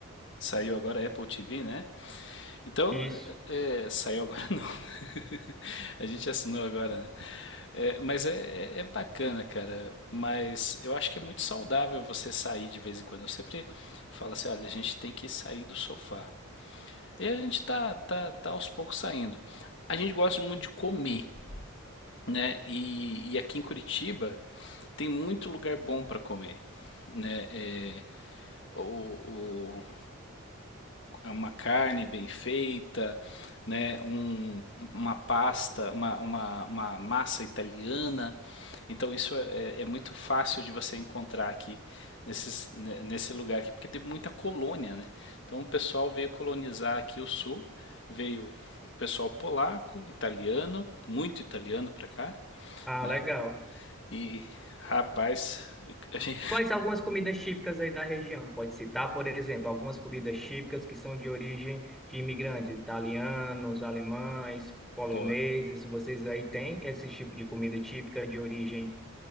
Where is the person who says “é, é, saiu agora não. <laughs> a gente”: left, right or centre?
Left